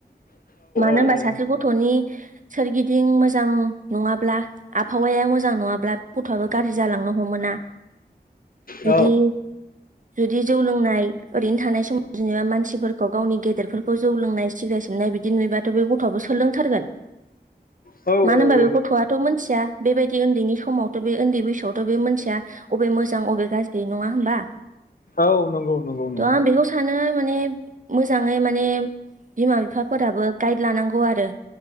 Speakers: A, on the right; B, on the left.
A: मानो
B: औ
A: होनबा
B: औ
A: सासे गथ'नि सोरगिदिं मोजां नङाब्ला आबहावाया मोजां नङाब्ला गथ'आबो गाज्रि जालांनो हमोना। जुदि
B: औ
A: जुदि जौ लोंनाय ओरैनो थानाय समाव जेनेबा मानसिफोरखौ गावनि गेदेरफोरखौ जौ लोंनाय सिग्रेट सोबनाय बिदि नुयोबाथ' बे गथ'आबो सोलोंथारगोन
B: औ
A: मानो
B: औ
A: होनबा
B: औ
A: बे
B: नों
A: गथ'आथ' मोनथिया बेबायदि उन्दैनि समावथ' बे उन्दै बैसोआवथ' बे मानसिया बबे मोजां अबे गाज्रि नंङा होमबा
B: औ नंगौ नंगौ
A: थ'
B: नोंथां
A: आं बेखौ सानो माने मोजाङै माने बिमा बिफाफोराबो गाइड लानांगौ आरो